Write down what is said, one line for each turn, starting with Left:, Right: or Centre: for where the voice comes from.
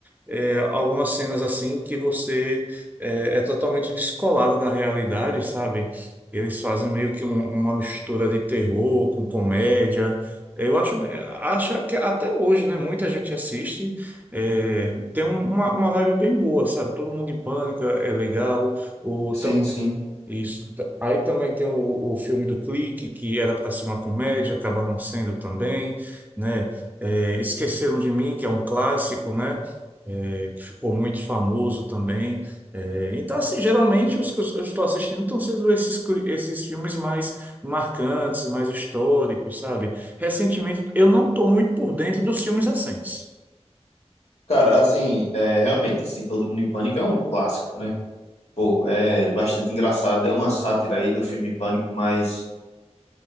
Right: é, algumas cenas assim que você é, é totalmente descolado da realidade, sabe? Eles fazem meio que um- uma mistura de terror com comédia. Eu acho, bem- acho que até hoje, né? Muita gente assiste, é, tem um- uma, uma vibe bem boa, sabe? Todo mundo em pânico, é legal. o
Left: Sim,
Right: tam-
Left: sim.
Right: isso. Aí também tem o, o filme do Clique, que era para ser uma comédia, acaba não sendo também, né? É, Esqueceram de Mim, que é um clássico, né? É, que ficou muito famoso também. É, então, assim, geralmente os que eu eu estou assistindo estão sendo esses, cli- esses filmes mais marcantes, mais históricos, sabe? Recentemente, eu não estou muito por dentro dos filmes recentes.
Left: Cara, assim, é, realmente, esse Todo Mundo em Pânico é um clássico, né? Pô, é bastante engraçado. É uma sátira aí do filme Pânico, mas